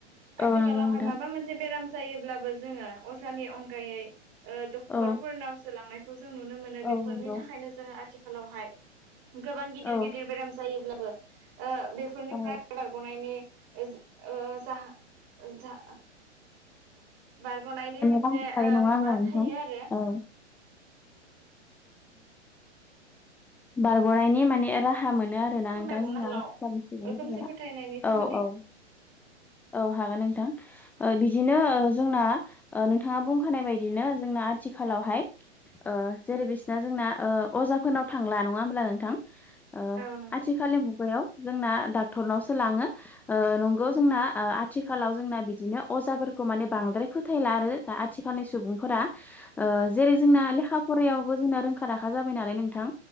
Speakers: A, in the centre; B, on the right.
A: औ
B: आथिखालावहाय
A: नंगौ नोंथां
B: माबा मोनसे बेराम जायोब्लाबो जोङो अजानि अनगायै ओ
A: औ
B: टरफोरनाव सोलांनायखौ जों नुनो मोनो बेफोरनि
A: औ नंगौ
B: थाखायनो जोङो आथिखालावहाय गोबां गिदिर
A: औ
B: गिदिर बेराम जायोब्लाबो ओ बेफोरनिफ्राय
A: औ
B: बारग'नायनि ओ जा ओ जा‌ जा बारग'नायनि मोनसे
A: राहा थायो
B: ओ
A: नङा
B: माबा
A: होमब्ला नोंथां
B: थायो आरो।
A: औ बारग'नायनि माने राहा हा मोनो आरोना
B: फोरमायबावनो
A: नोंथां जोंहा
B: आथिखालाव खोमसि फोथायनायनि
A: <inaudible>
B: सोमोन्दै
A: औ औ औ हागोन नोंथां बिदिनो जोंना नोंथाङा बुंखानाय बायदिनो जोंना आथिखालावहाय ओ जेरै बिसिना जोंना ओ अजाफोरनाव थांला नङा होमब्ला नोंथां? ओ
B: औ नंगौ
A: आथिखालनि मुगायाव जोंना डक्टरनावसो लाङो ओ नंगौ जोंना आ आथिखालाव जोंना बिदिनो अजाफोरखौ माने बांद्राय फोथायला आरो दा आथिखालनि सुबुंफोरा। ओ जेरै जोंना लेखा फरायावबो जोंना रोंखा राखा जाबाय नालाय नोंथां